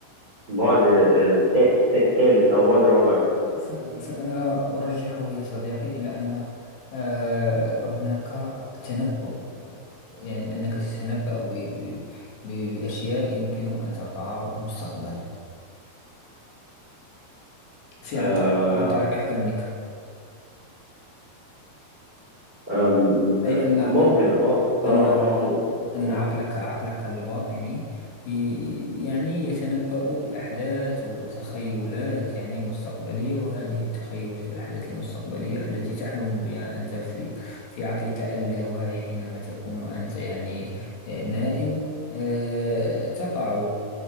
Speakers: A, on the right; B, on the left.
A: بعد آه، تا- تا- تالت او بعد رابع كده
B: ف- فأنا أرجحه يا صديقي إلى أن آه، هناك تنبؤ يعني أنك تتنبأ ب- ب- ب- بأشياء يمكن أن تقع مستقبلا في
A: آه،
B: عن طريق عن طريق حلمك
A: آم،
B: أي
A: آه،
B: أن أن
A: ممكن اه اه
B: أن ع-
A: اه ممكن
B: أن
A: ممكن
B: عقلك عقلك الباطني ي- يعني يتنبأ بأحداث وتخيلات يعني مستقبلية وهذه التخيلات والأحداث المستقبلية التي تحلم بها أنت في في عقلك اللاواعي حينما تكون أنت يعني آه، نائم آه، تقع